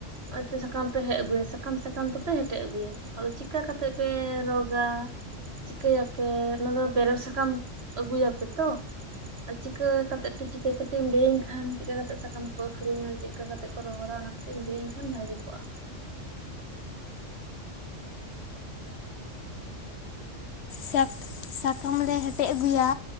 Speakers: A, on the right (about 55°); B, on the left (about 65°).
A: ᱚᱸᱭ ᱛᱚ ᱥᱟᱠᱟᱢ ᱯᱮ ᱦᱮᱡ ᱟᱹᱜᱩᱭᱟ, ᱥᱟᱠᱟᱢ ᱥᱟᱠᱟᱢ ᱛᱚᱯᱮ ᱦᱮᱴᱮᱡ ᱟᱹᱜᱩᱭᱟ, ᱟᱫᱚ, ᱪᱤᱠᱟ ᱠᱟᱛᱮᱜ ᱯᱮ ᱨᱚᱜᱟ? ᱪᱤᱠᱟᱹᱭᱟᱯᱮ ᱚᱱᱟ ᱫᱚ, ᱵᱮᱨᱮᱞ ᱥᱟᱠᱟᱢ ᱟᱹᱜᱩᱭᱟᱯᱮ ᱛᱚ? ᱟ ᱪᱤᱠᱟᱹ ᱠᱟᱛᱮ ᱯᱮ ᱪᱤᱠᱟᱹ, ᱠᱟᱹᱴᱤᱡ ᱮᱢ ᱞᱟᱹᱭᱟᱹᱧ ᱠᱷᱟᱱ ᱪᱤᱠᱟᱹ ᱠᱟᱛᱮ ᱥᱟᱠᱟᱢ ᱠᱚᱠᱷᱨᱤᱝᱟ, ᱪᱮᱜ ᱠᱟ ᱠᱟᱛᱮᱫ ᱠᱚ ᱨᱚᱦᱚᱲᱟ? ᱚᱱᱟ ᱠᱟᱹᱴᱤᱡ ᱮᱢ ᱞᱟᱹᱭᱟᱹᱧ ᱠᱷᱟᱱ ᱵᱷᱟᱜᱤ ᱠᱚᱜᱼᱟ᱾
B: ᱥᱟᱠ ᱥᱟᱠᱟᱢ ᱞᱮ ᱦᱮᱴᱮᱡ ᱟᱹᱜᱩᱭᱟ,